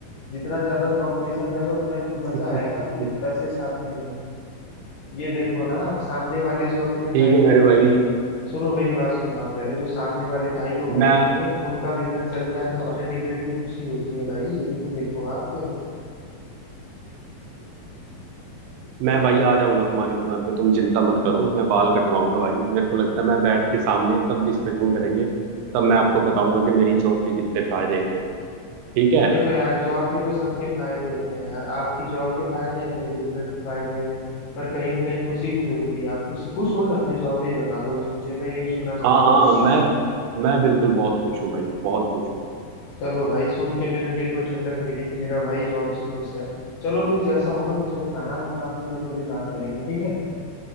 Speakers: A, on the left; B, on the right.
A: जितना ज्यादा कंपटीशन रहेगा उतना ही तो
B: <laughs>
A: मजा आएगा अपने पैसे छापने में ये देखो ना आप सामने वाले जो अपने
B: ठीक
A: भाई
B: है
A: लोग
B: मेरे भाई
A: हैं सुनो मेरी बात सुनो आप पहले जो सामने वाले भाई लोग
B: मैं
A: हैं अपने उनका बिजनेस चलता है तो हमारे दिल में भी तो खुशी होती है भाई ये भी तो देखो आप
B: मैं भाई आ जाऊंगा तुम्हारी दुकान पे तुम चिंता मत करो मैं बाल कटवाऊंगा भाई मेरे को लगता है मैं बैठ के सामने तब डिस्कशन करेंगे तब मैं आपको बताऊंगा कि मेरी जॉब के कितने फायदे हैं ठीक है
A: देखो यार जॉब के तो सबके फायदे होते हैं यार आपकी जॉब के फायदे हैं मेरे बिजनेस के फायदे हैं पर कहीं ना कहीं खुशी भी जरूरी है आप खुश खुश हो ना अपने जॉब में ये बता दो बस मुझे मैं यही सुनना चाहता
B: हाँ हाँ
A: हूँ आपसे
B: मैं मैं बिल्कुल बहुत खुश हूँ भाई बहुत खुश हूँ
A: चलो भाई सुन के मेरे दिल में ठंडक मिली कि मेरा भाई जॉब से खुश है चलो फिर जैसा होगा मुझे बताना हम आराम से फिर कभी बात करेंगे ठीक है